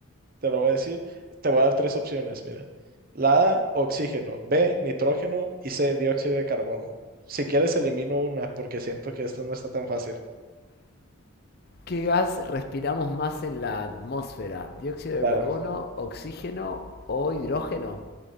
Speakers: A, on the right; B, on the left.
A: te lo voy a decir. Te voy a dar tres opciones, mira. La A, oxígeno, B, nitrógeno y C, dióxido de carbono. Si quieres, elimino una porque siento que esta no está tan fácil.
B: ¿Qué gas respiramos más en la atmósfera? ¿Dióxido
A: Claro,
B: de carbono, oxígeno o hidrógeno?